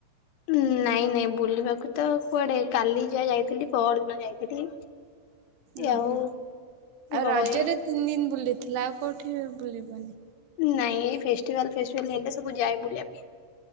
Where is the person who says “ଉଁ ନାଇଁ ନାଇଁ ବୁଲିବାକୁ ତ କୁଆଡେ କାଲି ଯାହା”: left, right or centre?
Left